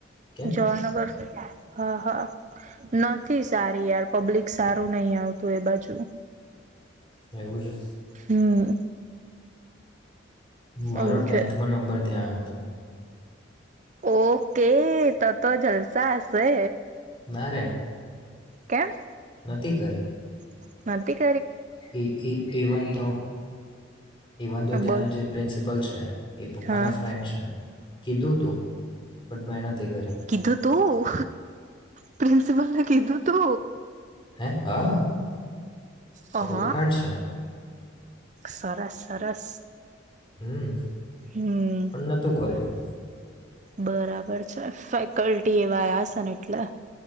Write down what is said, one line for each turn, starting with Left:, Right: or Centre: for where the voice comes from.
Left: કેમ
Right: જવાનગર. હા હા નથી સારી યાર પબ્લિક સારું નહિ આવતું એ બાજુ.
Left: એવું છે
Right: હમ.
Left: મારો
Right: એવું
Left: ટેન્થમાં
Right: છે
Left: નંબર ત્યાં. તો.
Right: ઓકે ત તો જલસા હશે.
Left: ના
Right: ક્યા.
Left: નથીતીી કરે.
Right: નથીંત.
Left: વન તો ઇવન તો તેનો
Right: બોલ
Left: જે પ્રિન્સિપલ છે. એ પપ્પાના
Right: હા
Left: ફ્રે્રેન્ડ છે. કીધું તોું પણ મહેનત.
Right: કીધું તું પ્રિન્સિપલને કીધું. તો.
Left: હે હા
Right: હા
Left: તો ઓળખાંણ છે.
Right: સરસ સરસ.
Left: હમ
Right: હમ
Left: પણ નતું કર્યું.
Right: બરાબર છે ફેકલ્ટી એવા આવ છે ને એટલે.